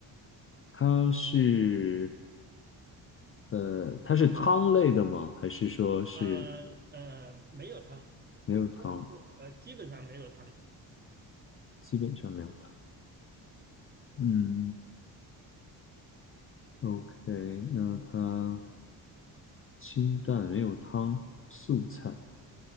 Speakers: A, on the left; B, on the right.
A: 它是。呃，它是汤类的吗？还是说是
B: 嗯，呃呃，没有汤，
A: 没有汤？
B: 或者说呃，基本上没有汤，
A: 基本上没有汤。嗯，OK，那它清淡没有汤，素菜。